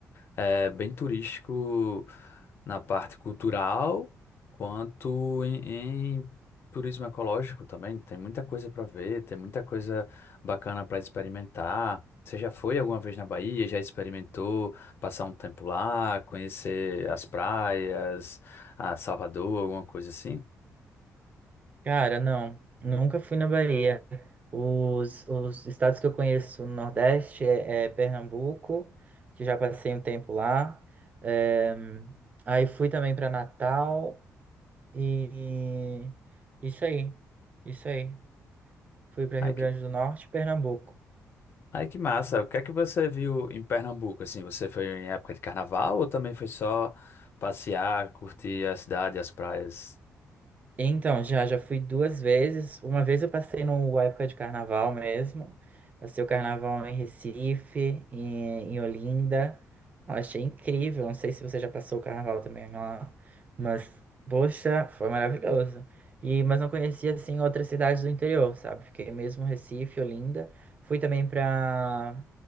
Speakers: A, on the left; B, on the right.
A: é, bem turístico na parte cultural, quanto em, em turismo ecológico também, tem muita coisa para ver, tem muita coisa bacana para experimentar. Você já foi alguma vez na Bahia? Já experimentou passar um tempo lá, conhecer as praias, a Salvador, alguma coisa assim?
B: Cara, não. Nunca fui na Bahia. Os, os estados que eu conheço no Nordeste é, é Pernambuco, que já passei um tempo lá. Eh, aí fui também para Natal e e isso aí. Isso aí. Fui para
A: Ai
B: Rio Grande
A: que,
B: do Norte e Pernambuco.
A: ai que massa! O que é que você viu em Pernambuco? Assim, você foi em época de carnaval ou também foi só passear, curtir a cidade, as praias?
B: Então, já, já fui duas vezes. Uma vez eu passei no época de carnaval mesmo. Passei o carnaval em Recife, em, em Olinda. Eu achei incrível. Não sei se você já passou o carnaval também lá, mas, poxa, foi maravilhoso. E, mas não conhecia, assim, outras cidades do interior, sabe? Fiquei mesmo em Recife, Olinda. Fui também para